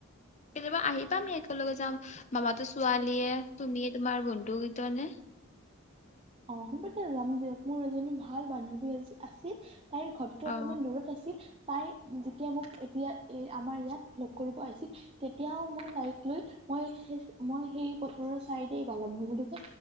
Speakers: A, on the left; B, on the right.
A: কেতিয়াবা আহিবা আমি একেলগে যাম মামাতো ছোৱালীয়ে তুমি, তোমাৰ বন্ধুকেইটা নে?
B: অ হ'ব দিয়া যাম দিয়ক, মোৰ এজনী ভাল বান্ধৱী আজি আছে। তাইৰ ঘৰটো
A: অ
B: অকমান দূৰত আছিল, তাই যেতিয়া, মোক এতিয়া- এই আমাৰ ইয়াত- কৰিব আহিছিল তেতিয়াও মই তাইক লৈ মই মই সেই পথাৰৰ চাইডে বালক ভৱনতো